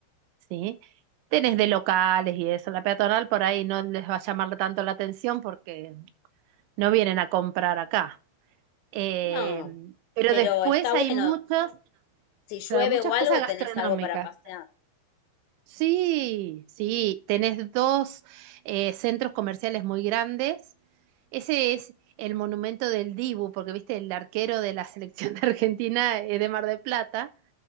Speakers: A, on the right; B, on the left.
A: ¿sí? Tenés de locales
B: Sí.
A: y eso. La peatonal por ahí no les va a llamar tanto la atención porque no vienen a comprar acá. Eh,
B: No,
A: pero
B: pero
A: después
B: está bueno.
A: hay muchas,
B: Si llueve
A: claro, muchas
B: o algo,
A: cosas gastronómicas.
B: tenés algo para pasear.
A: Sí, sí, tenés dos eh, centros comerciales muy grandes Ese es el monumento del Dibu, porque viste, el arquero de la selección de Argentina es de Mar del Plata.